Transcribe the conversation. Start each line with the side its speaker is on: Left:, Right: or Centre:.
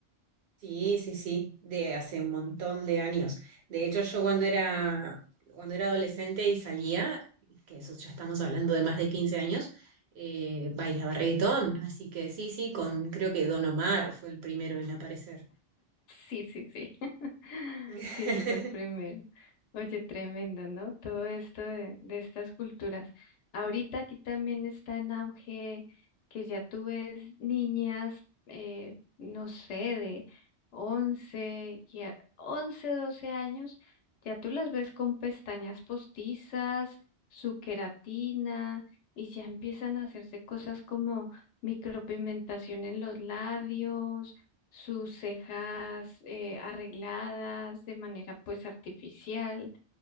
Right: Sí, sí, sí, de hace un montón de años. De hecho, yo cuando era, cuando era adolescente y salía, que eso ya estamos hablando de más de 15 años, eh, bailaba reggaetón. Así que sí, sí, con creo que Don Omar fue el primero en aparecer.
Left: Sí, sí, sí. <laughs>
Right: <laughs>
Left: Sí, él fue el primero. Oye, tremendo, ¿no? Todo esto de, de estas culturas. Ahorita aquí también está en auge que ya tú ves niñas, eh, no sé, de 11, ya, 11 12 años, ya tú las ves con pestañas postizas, su queratina, y ya empiezan a hacerse cosas como micropigmentación en los labios sus cejas eh, arregladas de manera pues artificial,